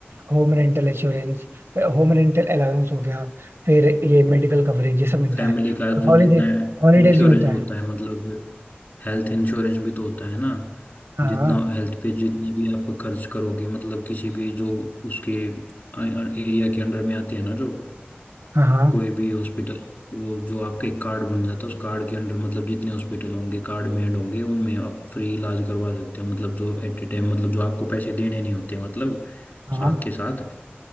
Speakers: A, on the right; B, on the left.
A: home rental insurance home rental allowance हो गया फिर ये मेडिकल कवरेज ये सब मिलता
B: फैमिली
A: है
B: का
A: और
B: जो
A: हॉलीडे
B: जितना
A: हॉलीडेज
B: इंश्योरेंस
A: भी मिलता
B: होता
A: है
B: है मतलब हेल्थ इंश्योरेंस भी तो होता है ना
A: हाँ
B: जितना हेल्थ पे जितनी भी आप खर्च करोगे मतलब किसी भी जो उसके एरिया के अंडर में आते हैं ना जो
A: हाँ हाँ
B: कोई भी हॉस्पिटल वो जो आपका एक कार्ड बन जाता है उस कार्ड के अंडर मतलब जितने हॉस्पिटल होंगे कार्ड में ऐड होंगे उनमें आप फ्री इलाज करवा सकते हो मतलब जो एट ए टाइम मतलब जो आपको पैसे देने नहीं होते मतलब
A: हाँ
B: साथ के साथ